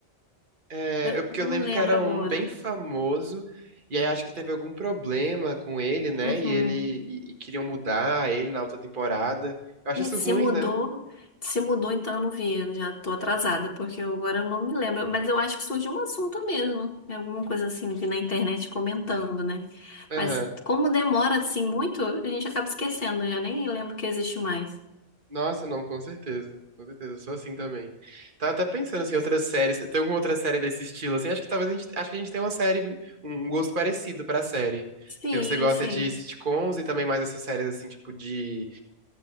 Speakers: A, on the right (about 45°); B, on the left (about 55°).
A: É,
B: Eu
A: eu, porque
B: não
A: eu lembro
B: lembro
A: que era
B: agora.
A: um bem famoso, e aí acho que teve algum problema com ele, né?
B: Uhum.
A: E ele e, e queriam mudar ele na outra temporada. Eu acho
B: E
A: isso
B: se
A: ruim,
B: mudou,
A: né?
B: se mudou, então eu não vi. Eu já tô atrasada, porque eu agora eu não me lembro. Mas eu acho que surgiu um assunto mesmo. É Alguma coisa assim, vi na internet comentando, né?
A: Aham.
B: Mas como demora assim muito, a gente acaba esquecendo, eu já nem lembro que existe mais.
A: Nossa, não, com certeza. Com certeza, eu sou assim também. Tava até pensando assim, outras séries. Tem alguma outra série desse estilo? Assim, acho que talvez a gente, acho que a gente tem uma série, um gosto parecido pra série.
B: Sim,
A: Porque você gosta
B: sim.
A: de sitcoms e também mais essas séries assim, tipo de